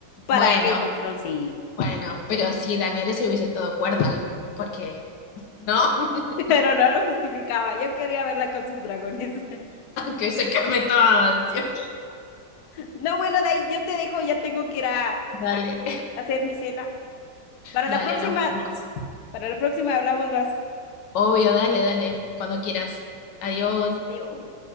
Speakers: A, on the left (about 65°); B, on the left (about 80°).
A: para
B: Bueno,
A: Game of Thrones, sí.
B: bueno, pero si Daenerys hubiese estado cuerda, porque, ¿no? <laughs>
A: <laughs> Pero no lo justificaba. Yo quería verla con sus dragones. <laughs>
B: Que se queme todo, decía.
A: No, bueno, de yo te dejo, ya tengo que ir a, a
B: Dale,
A: hacer mi cena. Para
B: dale,
A: la próxima,
B: nos vemos.
A: para la próxima hablamos más.
B: Obvio, dale, dale, cuando quieras. Adiós.
A: Adiós.